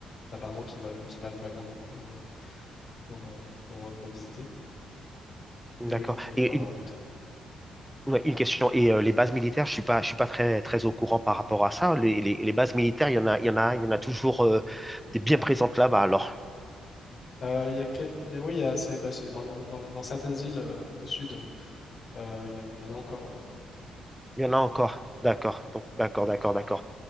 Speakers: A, on the left (about 55°); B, in the centre.
A: apparemment qui valent, qui valent vraiment le coup euh, pour, euh, pour, euh, pour visiter.
B: D'accord.
A: Mais oui, il faut, il
B: Et
A: faut avoir
B: une,
A: du temps.
B: ouais, une question. Et euh, les bases militaires, je suis pas, je suis pas très, très au courant par rapport à ça. Les, les- les bases militaires, il y en a, il y en a, il y en a toujours euh, des bien présentes là-bas. Alors.
A: Euh, il y a quel- il y a- oui, il y a- c'est bah, c'est dans, le- dans, le- dans certaines îles euh, au sud, euh, il y en, a il y en a encore, ouais.
B: Il y en a encore. D'accord,
A: Mm.
B: donc d'accord, d'accord, d'accord.